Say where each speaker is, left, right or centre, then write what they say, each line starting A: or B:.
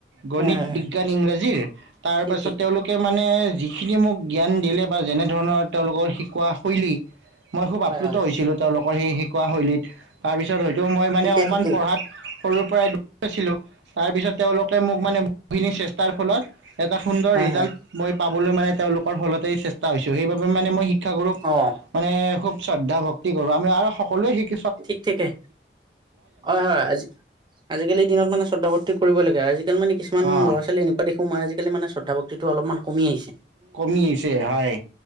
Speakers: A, on the right (about 80°); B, on the right (about 25°).
A: গণিত
B: হয় হয় হয়
A: বিজ্ঞান ইংৰাজীৰ। তাৰ
B: ঠিক
A: পাছত
B: ঠিক
A: তেওঁলোকে মানে। নে যিখিনি মোক জ্ঞান দিলে বা যেনে ধৰণৰ তেওঁলোকৰ শিকোৱা শৈলী। মই খুব
B: হয়
A: আপ্লুত
B: হয়
A: হৈছিলো। স শিক শৈলত তাৰ পিছত। মই মানে
B: ঠিকেই
A: অকণমান
B: ঠিকেই
A: পঢ়াত সৰু। পৰাইছিলো তাৰপিছত তেওঁলোকে মোক মানে বহুখিনি চেষ্টাৰ ফলত। এটা সুন্দৰ
B: হয়
A: ৰিজাল্ট
B: হয়
A: মই। পাবলৈ মানে তেওঁলোকৰ ফলতে চেষ্টা হৈছো সেইবাবে মানে মই শি। শিক্ষাগুৰুক
B: অ
A: মানে খুব। শ্ৰদ্ধাভক্ত। কি কৰো আমি আৰু সকলোৱে শিকো।
B: ঠিক থঠাকে হয় হয় আজি আজিকালি দিনত মানে শ্ৰদ্ধ ভৰ্তি কৰিব লাগে আজিকালি মানে কি। কিমান
A: অঁ
B: ল'ৰা ছোৱী এনেকুৱা। দেখো মই আজিকালিনে শ্ৰদ্ধাভক্তি অলপমান কমিছে।
A: কমি আহছে হয়